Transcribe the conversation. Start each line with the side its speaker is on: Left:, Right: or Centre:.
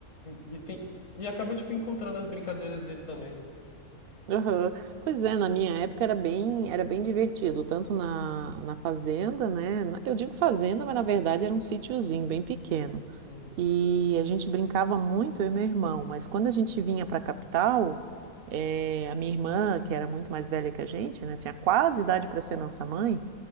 Left: E, e tem... e acaba, tipo, encontrando as brincadeiras dele também.
Right: Aham. Pois é, na minha época era bem, era bem divertido, tanto na, na fazenda, né? Na- Eu digo fazenda, mas na verdade era um sítiozinho bem pequeno.
Left: Uhum,
Right: E a gente brincava muito, eu e meu irmão, mas quando a gente vinha para a capital, eh, a minha irmã, que era muito mais velha que a gente, né, tinha quase idade para ser nossa mãe,